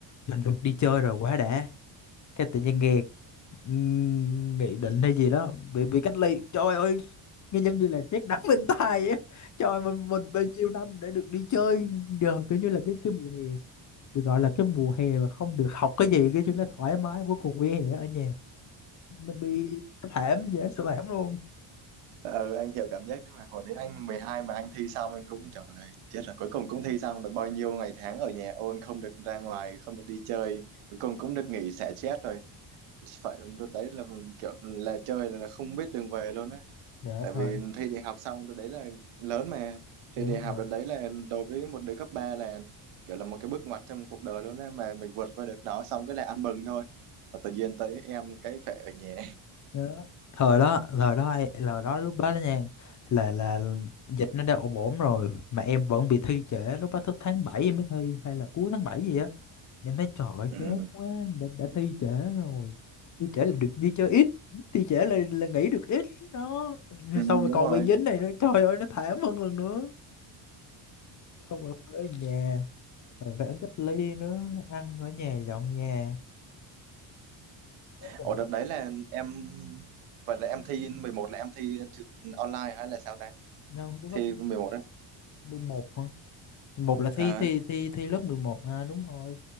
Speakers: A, on the left; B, on the right.
A: mình được đi chơi rồi quá đã cái tự nhiên nghe ừm, nghị định hay gì đó bị bị cách ly trời ơi nghe giống như là chết đắng bên tai á trời mình mình bao nhiêu năm để được đi chơi giờ kiểu như là cái cái mùa hè được gọi là cái mùa hè mà không được học cái gì cái chứ nó thoải mái cuối cùng vỉa hè ở nhà nó bị nó thảm dễ sợ thảm luôn
B: ừ anh hiểu cảm giác đấy mà hồi đấy anh 12 mà anh thi xong anh cũng trời ơi, chết rồi cuối cùng cũng thi xong được bao nhiêu ngày tháng ở nhà ôn không được ra ngoài không được đi chơi cuối cùng cũng được nghỉ xả stress rồi phải đợt đấy là kiểu là chơi là không biết đường về luôn á
A: dạ
B: tại
A: thôi
B: vì thi đại học xong đợt đấy là lớn mà
A: dạ
B: thi đại
A: đúng
B: học
A: rồi
B: đợt đấy là đối với một đứa cấp 3 là kiểu là một cái bước ngoặt trong cuộc đời luôn á mà mình vượt qua được nó xong cái là ăn mừng thôi và tự nhiên tới em cái phải ở nhà
A: đó. thời đó thời đó ai- là đó lúc đó đó nha là là dịch nó đã ổn ổn rồi mà em vẫn bị thi trễ lúc đó thức tháng 7 em mới thi hay là cuối tháng 7 gì á em thấy trời ơi,
B: ừ.
A: chán quá đã, đã thi trễ rồi thi trễ là được đi chơi ít thi trễ là là nghỉ được ít đó
B: Ừ,
A: xong rồi
B: đúng
A: còn
B: rồi
A: bị dính này nữa trời ơi nó thảm hơn lần nữa xong rồi ở nhà rồi phải ở cách ly nữa ăn ở nhà dọn nhà Trời,
B: Ủa đợt đấy là em vậy là em thi 11 là em thi trực- online hay là sao ta?
A: đâu tôi bắt
B: Thi 11 đấy.
A: 11 hả một là thi
B: À,
A: thi thi thi lớp 11 à đúng rồi